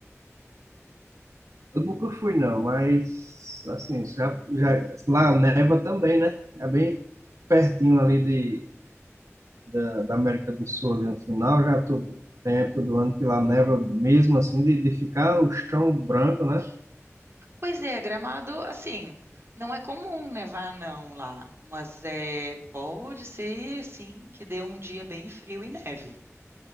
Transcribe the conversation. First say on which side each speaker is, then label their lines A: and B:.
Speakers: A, on the right; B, on the right.
A: Eu nunca fui, não, mas assim, já, já, lá neva também, né? É bem pertinho ali de, da, da América do Sul, ali no final, já tô, tem época do ano que lá neva mesmo assim, de, de ficar o chão branco, né?
B: Pois é, Gramado, assim, não é comum nevar não lá, mas é pode ser sim que dê um dia bem frio e neve,